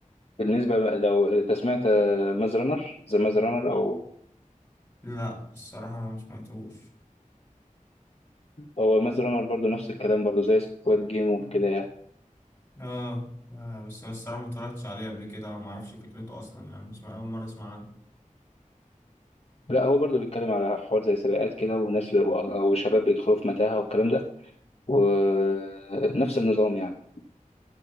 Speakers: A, on the left (about 50°); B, on the left (about 15°).
A: بالنسبه بقى- لو انت سمعت ماز رانر ذا ماز رانر او
B: لا الصراحة انا ما سمعتوش
A: هو ماز رانر برضه نفس الكلام برضه زي سكواد جيم وكده يعني
B: اه لا بس انا الصراحه ما اتفرجتش عليه قبل كده ما اعرفش فكرته اصلا يعني بسمع اول مره اسمع عنه
A: لا هو برضه بيتكلم على حوار زي سباقات كده وناس و- وشباب بيدخلوا في متاهة والكلام ده ونفس النظام يعني